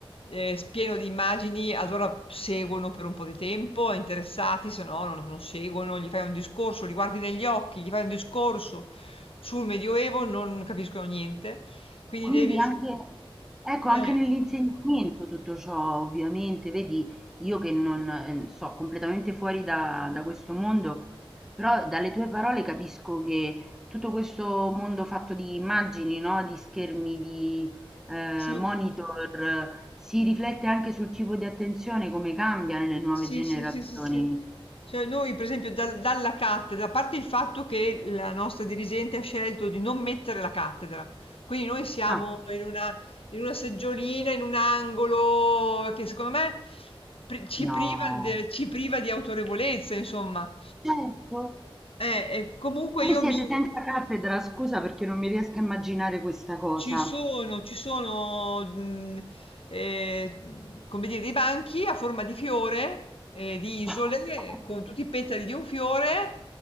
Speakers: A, on the left; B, in the centre.
A: eh, pieno di immagini, allora seguono per un po' di tempo, interessati, se no non, non seguono, gli fai un discorso, li guardi negli occhi, gli fai un discorso sul Medioevo, non capiscono niente. Quindi
B: Quindi
A: devi...
B: anche ecco,
A: Eh,
B: anche nell'insegnamento tutto ciò ovviamente, vedi, io che non eh, so completamente fuori da, da questo mondo, però dalle tue parole capisco che tutto questo mondo fatto di immagini, no? Di schermi, di eh,
A: sì.
B: monitor, eh, si riflette anche sul tipo di attenzione, come cambia nelle nuove
A: Sì,
B: generazioni.
A: sì, sì, sì, sì. Cioè noi per esempio dal- dalla cattedra, a parte il fatto che la nostra dirigente ha scelto di non mettere la cattedra, quindi noi siamo
B: Ah,
A: in una, in una seggiolina, in un angolo che secondo me pri- ci
B: no,
A: priva, de- ci priva di autorevolezza, insomma.
B: certo.
A: Eh, e comunque
B: Voi
A: io
B: siete
A: mi,
B: senza cattedra, scusa perché non mi riesco a immaginare questa cosa.
A: Ci sono, ci sono, mh, eh, come dire, dei banchi a forma di fiore, eh, di isole,
B: <laughs>
A: con tutti i petali di un fiore,